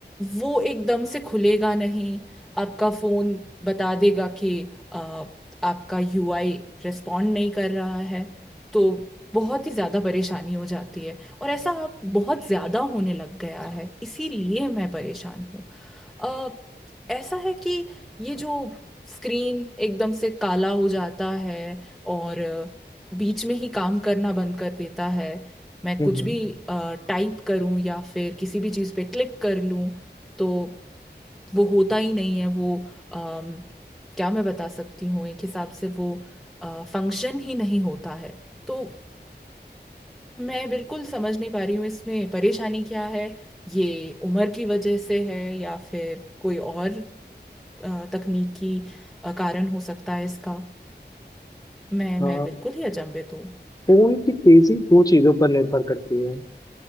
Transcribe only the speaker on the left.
हम्म
हम्म।
अ,
फोन की तेजी दो चीजों पर निर्भर करती है